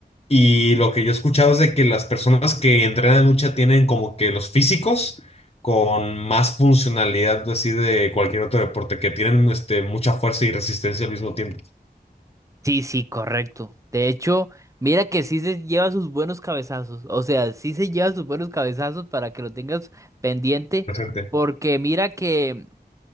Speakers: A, on the left; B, on the right.
A: Y lo que yo he escuchado es de que las personas que entrenan lucha tienen como que los físicos con más funcionalidad así de cualquier otro deporte, que tienen este, mucha fuerza y resistencia al mismo tiempo.
B: Sí, sí, correcto. De hecho, mira que sí se lleva sus buenos cabezazos. O sea, sí se lleva sus buenos cabezazos para que lo tengas pendiente.
A: Presente.
B: Porque mira que